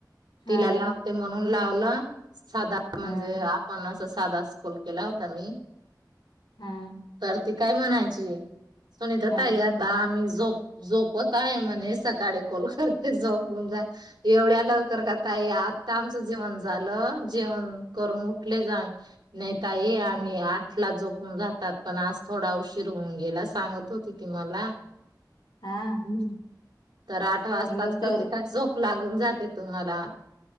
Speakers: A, on the left (about 85°); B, on the right (about 80°).
A: हा
B: तिला लावते मग म्हणून लावलं साधारण म्हणजे
A: हा
B: आपण अस साधा कॉल केला होता मी
A: हा
B: तर ती काय म्हणायची सनी तर
A: हा
B: त या दमी झो झोपत आहे म्हणेस सकाळी कॉल करते जाऊन जा एवढ्या लवकर काय आत्ता आमचं जेवण झालं जेवण करून उठले जा नाही ताई
A: हा
B: आम्ही आठला जो जातात पण आज थोडा उशीर होऊ न गेला सांगत होती. ति मला
A: हा.
B: हम्म तर आठ वाजताच
A: मी तर
B: कसे काय झोप. लागून जाते तुम्हाला